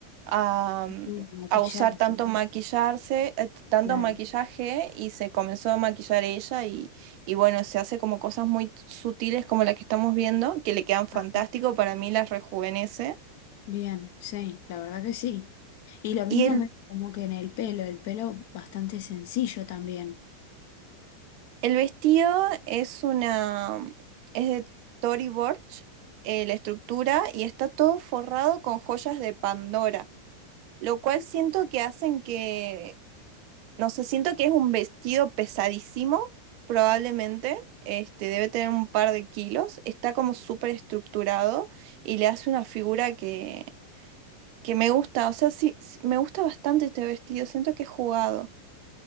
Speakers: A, on the right (about 45°); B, on the left (about 50°).
A: a,
B: Mm, Maquillarse,
A: a usar tanto maquillarse, eh, tanto
B: claro.
A: maquillaje y se comenzó a maquillar ella y, y bueno, se hace como cosas muy sutiles como la que estamos viendo, que le quedan fantástico,
B: Ah,
A: para mí las rejuvenece.
B: Bien, sí, la verdad que sí. Y lo
A: Y
B: mismo
A: el,
B: me- como que en el pelo, el pelo bastante sencillo también.
A: el vestido es una, es de Tory Burch, eh, la estructura, y está todo forrado con joyas de Pandora lo cual siento que hacen que No sé, siento que es un vestido pesadísimo, probablemente. Este, debe tener un par de kilos. Está como súper estructurado y le hace una figura que, que me gusta. O sea, sí, sí, me gusta bastante este vestido. Siento que es jugado.